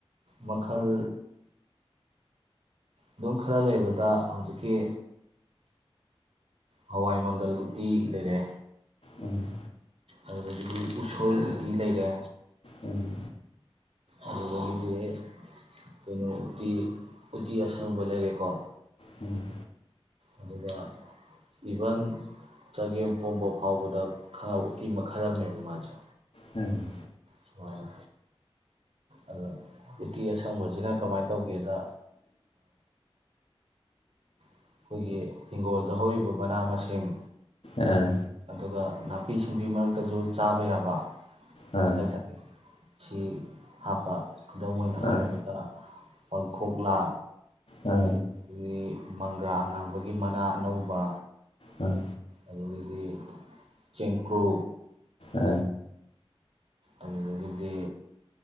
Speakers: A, on the right; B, on the left.
A: ꯃꯈꯜ ꯑꯗꯨꯝ ꯈꯔ ꯂꯩꯕꯗ ꯍꯧꯖꯤꯛꯀꯤ ꯍꯋꯥꯏ ꯃꯪꯒꯜ ꯎꯇꯤ ꯂꯩꯔꯦ
B: ꯎꯝ
A: ꯑꯗꯨꯗꯒꯤꯗꯤ ꯎꯁꯣꯏ ꯎꯇꯤ ꯂꯩꯔꯦ
B: ꯎꯝ
A: ꯑꯗꯨꯗꯒꯤꯗꯤ ꯀꯩꯅꯣ ꯎꯇꯤ ꯎꯇꯤ ꯑꯁꯪꯕ ꯂꯩꯔꯦꯀꯣ
B: ꯎꯝ
A: ꯑꯗꯨꯒ ꯏꯚꯟ ꯆꯒꯦꯝ ꯄꯣꯝꯕ ꯐꯥꯎꯕꯗ ꯈꯪꯉ ꯎꯇꯤ ꯃꯈꯜ ꯑꯃꯅꯦꯕ ꯃꯥꯁꯦ
B: ꯎꯝ
A: ꯁꯨꯃꯥꯏꯅ ꯑꯣ ꯎꯇꯤ ꯑꯁꯪꯕꯁꯤꯅ ꯀꯃꯥꯏꯅ ꯇꯧꯒꯦꯗ ꯑꯩꯈꯣꯏꯒꯤ ꯍꯤꯡꯈꯣꯜꯗ ꯍꯧꯔꯤꯕ ꯃꯅꯥ ꯃꯁꯤꯡ
B: ꯑꯥ
A: ꯑꯗꯨꯒ ꯅꯥꯄꯤ ꯁꯤꯡꯕꯤ ꯃꯔꯛꯇꯁꯨ ꯆꯥꯕ ꯌꯥꯕ
B: ꯑꯥ
A: ꯑꯩ ꯇꯦ ꯁꯤ ꯍꯥꯞꯄ ꯈꯨꯗꯝ ꯑꯣꯏꯅ
B: ꯑꯥ
A: ꯍꯥꯏꯔꯕꯗ ꯄꯥꯡꯈꯣꯛꯂꯥ
B: ꯑꯥ
A: ꯑꯗꯒꯤ ꯃꯪꯒ꯭ꯔ ꯑꯉꯥꯡꯕꯒꯤ ꯃꯅꯥ ꯑꯅꯧꯕ
B: ꯎꯝ
A: ꯑꯗꯨꯗꯒꯤꯗꯤ ꯆꯦꯡꯀ꯭ꯔꯨ
B: ꯑꯥ
A: ꯑꯗꯨꯗꯒꯤꯗꯤ